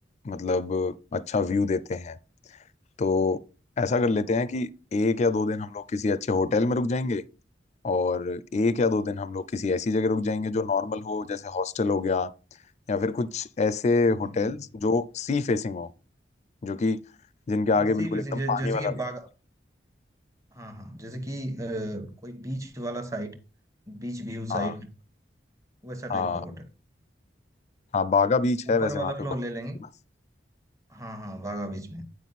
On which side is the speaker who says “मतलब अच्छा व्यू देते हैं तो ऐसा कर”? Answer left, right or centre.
Left